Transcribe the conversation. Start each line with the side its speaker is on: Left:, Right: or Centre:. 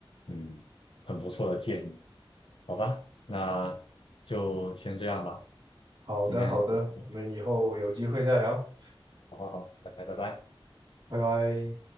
Left: 嗯，很不错的建议，好吧，那就先这样吧，
Right: 好的，
Left: 今天就到这里
Right: 好的，我们以后有机会再聊，
Left: 好好好，拜拜拜拜。
Right: 拜拜。